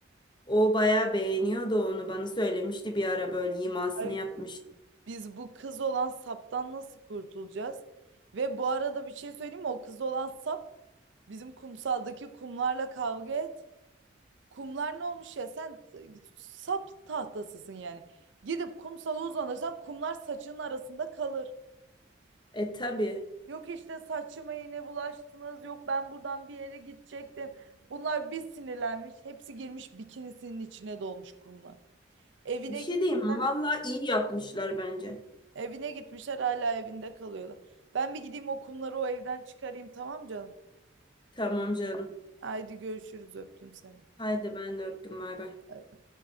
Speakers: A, on the left (about 25°); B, on the right (about 65°).
A: O bayağı beğeniyordu onu bana söylemişti bir ara böyle imasını
B: Ay,
A: yapmıştı.
B: biz bu kız olan saptan nasıl kurtulacağız? Ve bu arada bir şey söyleyeyim mi? O kız olan sap bizim kumsaldaki kumlarla kavga et. Kumlar ne olmuş ya? Sen sap tahtasısın yani. Gidip kumsala uzanırsan kumlar saçının arasında kalır.
A: E tabii.
B: Yok işte saçıma iğne bulaştınız. Yok ben buradan bir yere gidecektim. Bunlar bir sinirlenmiş. Hepsi girmiş bikinisinin içine dolmuş kumlar. Evine
A: Bir şey
B: git-
A: diyeyim mi? Vallahi iyi yapmışlar bence.
B: evine gitmişler hala evinde kalıyorlar. Ben bir gideyim o kumları o evden çıkarayım tamam canım.
A: Tamam canım.
B: Haydi görüşürüz öptüm seni.
A: Haydi ben de öptüm. Bay bay.
B: Bay bay.